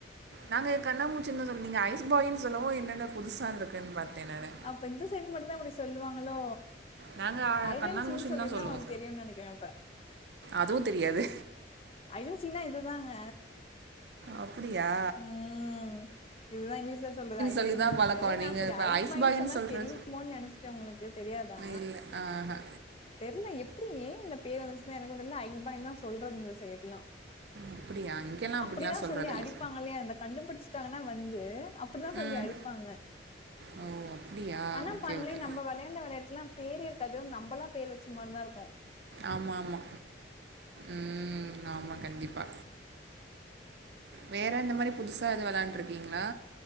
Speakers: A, on the right; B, on the left.
A: நாங்க கண்ணாமூச்சின்தா சொல்லு நீங்க ஐஸ் பாயின் சொல்லவோ இன்னென்னு புதுசான்ருக்கே பாத்தே நானு
B: அப்போ இந்த சைடு மட்டுந்தா இப்டி சொல்லுவாங்ளோ
A: நாங்க ஆ
B: ஹைடன்சின்
A: கண்ணாமூச்சின்னு
B: சொல்லிந்தா
A: தா சொல்லுவோ
B: உங்ளுக் தெரியுன்னெனைக்ற அப்ப
A: அதுவு தெரியாது
B: ஹைடன்சினா இதுதாங்க
A: அப்டியா
B: ம் இதுதா இங்கிலீஷ்ல சொல்றது ஐடசின்
A: சொல்லிதா பழக்கோ
B: தே வேனா
A: நீங்க
B: செரி
A: இப்ப
B: ஐஸ்பாயின்
A: ஐஸ் பாய்ன்னு
B: சொன்னா
A: சொல்ற
B: தெரியுமோ நெனச் சே உங்ளுக்கு தெரியாதா
A: இல்ல ஆஹா
B: தெர்லே எப்டி ஏ இந்த பேர் வந்துச்சுந்தா எனக்கு தெர்ல ஐப்பாயின்தா சொல்றது இந்த சைய்டுலா
A: அப்படியா இங்கெல்லா அப்படிலா
B: அப்டிதா
A: சொல்றதில்ல.
B: சொல்லி அடிப்பாங்லே அந்த கண்டு புடிச்டாங்னா வந்து அப் டிதா சொல்லி
A: ம்.
B: அடிப்பாங்க
A: ஓ! அப்படியா?
B: ஆனா
A: ஓகே,
B: பாருங்ளே
A: ஓகே.
B: நம்போ வெளையாண்ட வெளையாட்லா பேரே இருக்காது நம்ளா பேரு வெச்ச மார்தா இருக்கோ
A: ஆமா ஆமா ம் ஆமா கண்டிப்பா வேற இந்த மாரி புதுசா ஏதோ வெளாண்ருக்கீங்ளா